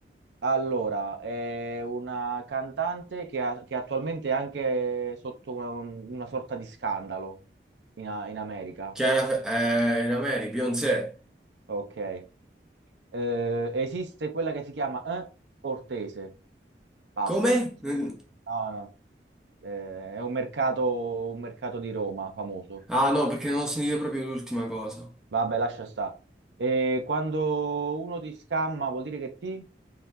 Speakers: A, on the right; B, in the centre.
A: Allora, è una cantante che, ha- che attualmente è anche sotto una, una sorta di scandalo in, A- in America.
B: Chiara Fe- eh, in America, Beyoncé.
A: Ok. Eh, esiste quella che si chiama eh, Ortese. Pass.
B: Come? Mm.
A: No, no. Eh, è un mercato, un mercato di Roma famoso.
B: Ah, no, perché non ho sentito proprio l'ultima cosa.
A: Vabbè, lascia stare. E quando uno ti scamma vuol dire che ti...